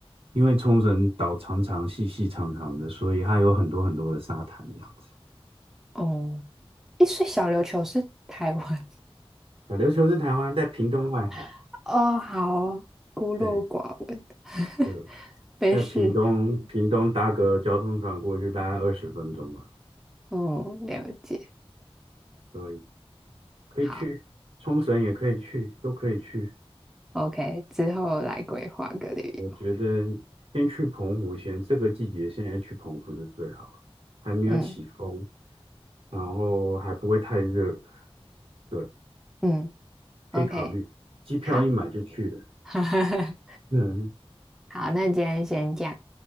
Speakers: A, on the right; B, in the centre.
A: 因为冲绳岛长长、细细长长的，所以它有很多很多的沙滩这样子。
B: 哦，诶，所以小琉球是台湾。
A: 小琉球是台湾在屏东外海，
B: <laughs> 哦，好，孤陋寡闻，
A: 对，
B: <laughs>
A: 就
B: 没事。
A: 在屏东，屏东搭个交通船过去大概二十分钟吧，
B: 嗯，了解。
A: 所以可以去冲绳，
B: 好
A: 也可以去，都可以去。
B: ，OK，之后来规划个旅游。
A: 我觉得先去澎湖先，这个季节现在去澎湖是最好的，还没有起风，
B: 嗯
A: 然后还不会太热，对，
B: 嗯，OK，
A: 可以考虑。机票一买就去了，
B: 好，<laughs>
A: 嗯，
B: 好，那今天先这样。